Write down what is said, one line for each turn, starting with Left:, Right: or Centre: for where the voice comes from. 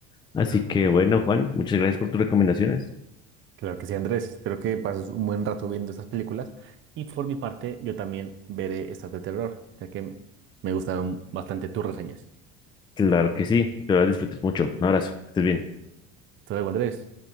Left: Así
Right: Ajá.
Left: que bueno, Juan, muchas gracias por tus recomendaciones.
Right: Claro que sí, Andrés. Espero que pases un buen rato viendo estas películas. Y por mi parte, yo también veré estas de terror, ya que me gustaron bastante tus reseñas.
Left: Claro que sí. Espero las disfrutes mucho. Un abrazo. que Estés bien.
Right: Hasta luego, Andrés.